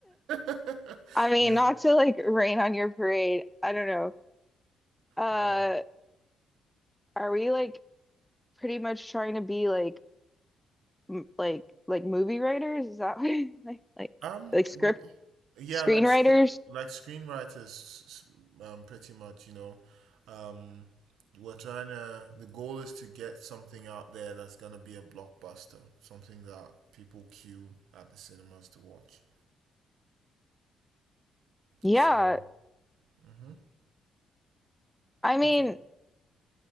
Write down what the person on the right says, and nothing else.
<laughs>
you
uh,
um
wha- yeah,
like sc- like screenwriters, s- s- um, pretty much. You know, um, we're trying to. The goal is to get something out there that's gonna be a blockbuster, something that people queue at the cinemas to watch.
So, mhm.
okay,